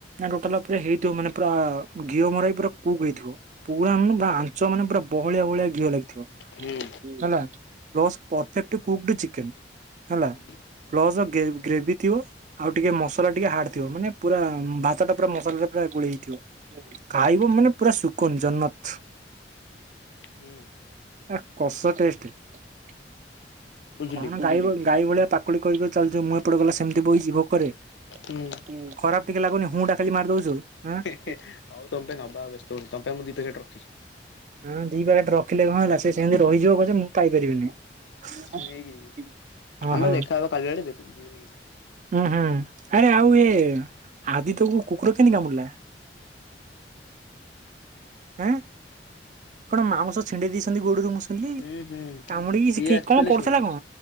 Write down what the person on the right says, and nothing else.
ଟୋଟାଲ ଉପରେ ହେଇଥିବ ମାନେ ପୁରା ଘିଅ ମରା ହେଇକି ପୁରା କୁକ୍ ହେଇଥିବ। ପୁରା ପୁରା ଆଞ୍ଚ ମାନେ ପୁରା ବହଳିଆ ବହଳିଆ ଘିଅ ଲାଗିଥିବ
ହେଲା। ପ୍ଲସ ପ୍ରଫେକଟ୍ କୁକଡ ଚିକେନ ହେଲା
ପ୍ଲସ ଗ୍ରେଭି ଥିବ ଆଉ ଟିକେ ମସଲା ଟିକେ ହାର୍ଡ ଥିବ। ମାନେ ପୁରା ଭାତ ଟା ପୁର ମସଲା ଦିହେରେ ଗୋଳେଇ ହେଇ ଖାଇବ ମାନେ ପୁରା ସୁକନ ଜନତ
<inaudible> ହଁ କସ ଟେଷ୍ଟ <inaudible>
କଣ ଗାଈ ଗାଈ ଭଳିଆ ପାକୁଳି କରି କରି ଚାଲିଛ ମୁଁ ଏପଟେ ଗଲା ସେମିତି ବଇଛି ଭୋକରେ
<inaudible> ଖରାପ ଟିକେ ଲାଗୁନି ହୁ ଟ଼ା ଖାଲି ମାରି ଦଉଚୁ। ହଁ
ହଁ ଦି ପେକେଟ ରଖିଲେ କଣ ହେଲା ସେ ସେମିତି ରହିଯିବ ପଛେ ମୁଁ ପାଇପାରିବିନି। <inaudible>
ଓହୋ
ଉୁଁ ହୁଁ ଆରେ ଆଉ ଏ ଆଦିତ୍ୟକୁ କୁକୁର କେମିତି କାମୁଡ଼ିଲା। <inaudible> ଆଁ କଣ ମାଉଁସ ଛିଣ୍ଡେଇ ଦେଇଛନ୍ତି ଗୋଡରୁ ମୁଁ ଶୁଣିଲି
କାମୁଡିକି ସେ କି
କଣ କରୁଥିଲା
କଣ